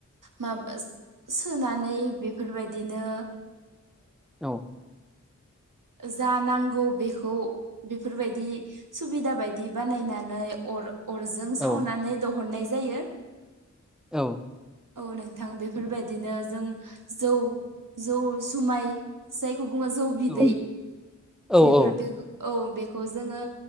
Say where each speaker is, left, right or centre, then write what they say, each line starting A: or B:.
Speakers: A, on the right; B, in the centre.
A: माबा सोनानै बेफोर बायदिनो
B: औ।
A: जा नांगौ बेखौ बेफोर बायदि सुबिदा बायदि बानायनानै अर अरजों
B: औ
A: सावनानै दिहुननाय जायो।
B: औ।
A: औ नोंथां बेफोर बायदिनो जों जौ जौ जुमाय जाय जायखौ बुङो जौ बिदै।
B: औ औ
A: बेफोर
B: औ
A: औ बेखौ जोङो